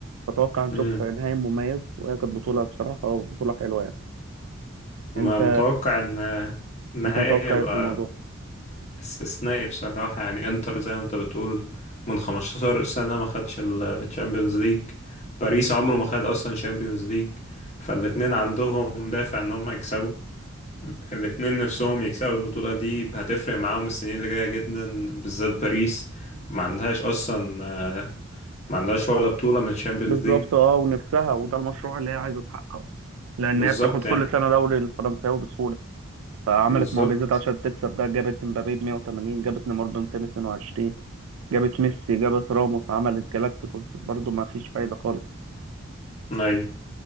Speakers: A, on the right; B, on the left.
A: فأتوقع نشوف
B: امم
A: نهائي مميز وهي كانت بطولة بصراحة بطولة حلوة يعني
B: ما
A: أنت
B: متوقع ان النهائي
A: أنت متوقع
B: يبقى
A: إيه في الموضوع؟
B: استثنائي بصراحة يعني انتر زي ما انت بتقول من 15 سنة ما خدش الشامبيونز ليج باريس عمره ما خد اصلا شامبيونز ليج فالاتنين عندهم دافع ان هم يكسبوا الاتنين نفسهم يكسبوا البطولة دي هتفرق معاهم السنين اللي جاية جدا بالذات باريس ما عندهاش أصلا ما عندهاش ولا بطولة من الشامبيونز
A: بالظبط
B: ليج
A: أه ونفسها وده المشروع اللي هي عايزة تحققه لأن
B: بالظبط
A: هي بتاخد كل
B: يعني
A: سنة دوري الفرنساوي بسهولة فعملت
B: بالظبط
A: معجزات عشان تكسب ده جابت مبابي ب 180 جابت نيمار ب 222 جابت ميسي جابت راموس عملت جالاكتيكوس برضه ما فيش فايدة خالص
B: أي